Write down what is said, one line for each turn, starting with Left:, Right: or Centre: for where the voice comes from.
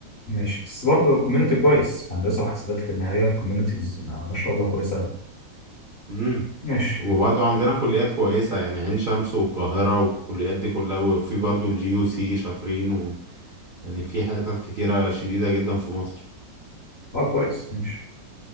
Left: ماشي بس برضه كوميونتي كويس هندسه وحاسبات في النهايه كوميونيتيز ما شاء الله كويسه قوي
Right: امم
Left: ماشي
Right: وبرضو
Left: تمام
Right: عندنا كليات كويسة يعني عين شمس والقاهرة والكليات دي كلها وفي برضو الجي يو سي شاطرين و... يعني في حتت كتيرة شديدة جدا في مصر
Left: اه كويس ماشي